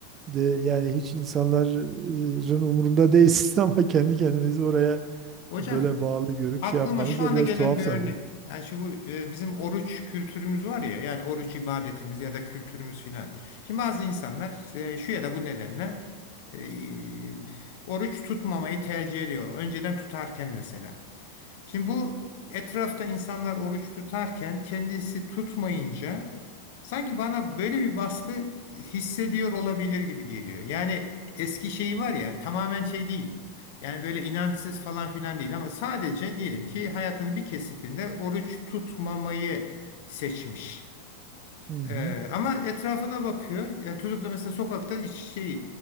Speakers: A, on the right (about 30°); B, on the left (about 50°).
A: de yani hiç insanların umurunda değilsiniz <laughs> ama kendi kendinizi oraya
B: Hocam
A: böyle bağlı görüp
B: Aklıma
A: şey yapmanız
B: şu
A: da
B: anda
A: biraz
B: gelen
A: tuhaf
B: bir
A: tabii.
B: örnek. Yani şu bu e, bizim oruç kültürümüz var ya yani oruç ibadetimiz ya da kültürümüz filan. Şimdi bazı insanlar e, şu ya da bu nedenle e, oruç tutmamayı tercih ediyor. Önceden tutarken mesela. Şimdi bu etrafta insanlar oruç tutarken kendisi tutmayınca sanki bana böyle bir baskı hissediyor olabilir gibi geliyor. Yani eski şeyi var ya tamamen şey değil. Yani böyle inançsız falan filan değil ama sadece diyelim ki hayatının bir kesitinde oruç tutmamayı seçmiş.
A: Hı hı.
B: Ee, ama etrafına bakıyor. Yani tutup da mesela sokakta iç, şey